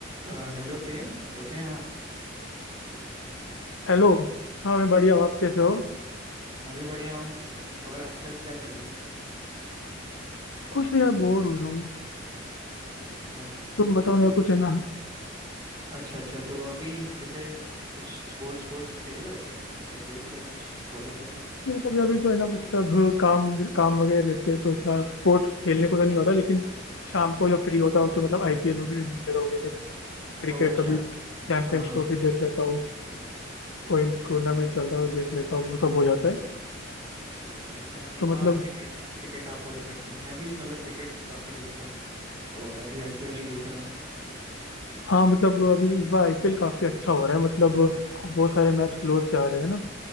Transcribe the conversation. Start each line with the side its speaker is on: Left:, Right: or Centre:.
Right: अ, Hello Prem कैसे हैं आप
Left: Hello हाँ मैं बढ़िया हूँ आप कैसे हो
Right: मैं भी बढ़िया हूँ और आजकल क्या चल रहा है
Left: कुछ नहीं यार बोर हो रहा हूँ
Right: अच्छा अच्छा
Left: तुम बताओ
Right: तो
Left: यार कुछ है ना
Right: अच्छा अच्छा तो अभी जैसे कुछ स्पोर्ट्स स्पोर्ट्स खेल रहे हो क्या या देख रहे हो कुछ फॉलो कर रहे हो
Left: मतलब अभी तो है ना मतलब काम काम वगैरह रहते हैं तो इतना स्पोर्ट खेलने को तो नहीं होता लेकिन शाम को जब फ्री होता हो तो मतलब आईपीएल वगैरह देख लेता हूँ जैसे क्रिकेट
Right: ओ अच्छा
Left: कभी चैंपियंस
Right: हाँ हाँ
Left: ट्रॉफी देख लेता हूँ कोई टूर्नामेंट चलता है तो देख लेता हूँ वो सब हो जाता है
Right: अच्छा अच्छा मतलब
Left: तो
Right: हाँ
Left: मतलब
Right: क्रिकेट क्रिकेट आप फॉलो करते हो मैं भी मतलब क्रिकेट काफी देखता हूँ और अभी आईपीएल भी देख रहा हूँ
Left: हाँ मतलब अभी इस बार आईपीएल काफी अच्छा हो रहा है मतलब बहुत सारे मैच क्लोज जा रहे हैं ना